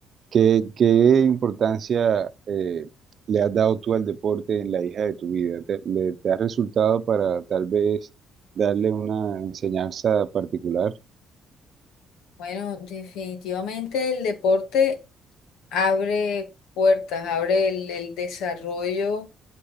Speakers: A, on the right; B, on the left.
A: ¿qué, qué importancia eh, le has dado tú al deporte en la hija de tu vida? ¿Te, le, te ha resultado para tal vez darle una enseñanza particular?
B: Bueno, definitivamente el deporte abre puertas, abre el, el desarrollo.